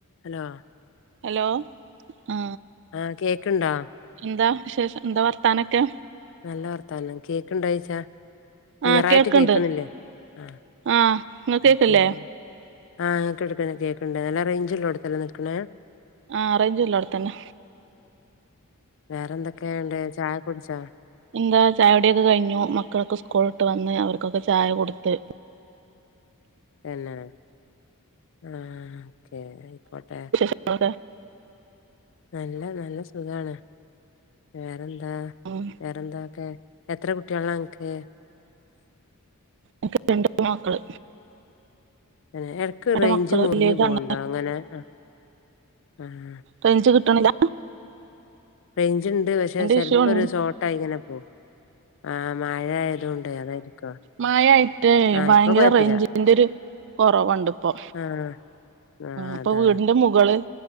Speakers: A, on the left (about 55°); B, on the right (about 55°).
A: അലോ
B: ഹലോ ആ
A: ആഹ് കേക്ക്ണ്ടോ
B: എന്താ വിശേഷം എന്താ വർത്താനൊക്കെ
A: നല്ല വർത്താനം കേക്ക് ഇണ്ടായിച്ച ക്ലിയർ
B: ആഹ്
A: ആയിട്ട്
B: കേൾക്ക്ണ്ട്
A: കേക്കണില്ലേ ആ
B: ആഹ് ഇങ്ങക്ക് കേക്ക്ല്ലേ
A: പിന്നെ ആഹ്ഞങ്ങക്ക് എടുപ്പന്ന കേക്കണ്ടണ്ട് നല്ല റേഞ്ചല്ലോ ഇവിടുത്തല്ല നിൽക്കണേ
B: ആഹ് റേയ്ഞ്ച്ല്ലോ ട് ത്തന്നെ
A: വേറെന്തൊക്കെഇണ്ട് ചായ കുടിച്ചോ
B: എന്താ ചായുടിയൊക്കെ കഴിഞ്ഞു മക്കളൊക്കെ സ്കൂളി വിട്ട് വന്ന് അവർക്കൊക്കെ ചായ കൊടുത്ത്
A: തന്നെ ആഹ് ഓക്കെ അയ്ക്കോട്ടെ
B: <inaudible>
A: നല്ല നല്ല സുഖാണ് വേറെന്താ
B: ഉം
A: വേറെന്താക്കെ എത്ര കുട്ടിയോളാ അനക്ക്
B: ഇൻക്ക് രണ്ട് പെൺമക്കള്
A: ഏഹ് ഇടക്ക് റേയ്ഞ്ച്
B: മക്കള്
A: മുറിഞ്ഞു
B: വല്ല്യേതാണ്
A: പോവ്ണ്ടോ ഇങ്ങനെ ആഹ് ആഹ്
B: റെയ്ഞ്ച് കിട്ടണില്ല
A: റെയ്ഞ്ച് ഉണ്ട് പക്ഷെ ചെലപ്പോ
B: ഇഷ്യൂ ഉണ്ട്
A: ഒരു ഷോർട്ടായി ഇങ്ങനെ പോവും ആഹ് മഴ ആയതുകൊണ്ട് അതായിരിക്കും
B: മായയിട്ടേ
A: ആഹ്
B: ഭയങ്കര
A: ഇപ്പൊ കൊഴപ്പില്ല
B: റെയ്ഞ്ചിന്റെ ഒരു കുറവുണ്ട് ഇപ്പൊ
A: ആഹ് ആഹ്
B: അപ്പൊ
A: അതാ
B: വീടിന്റെ മുകളിൽ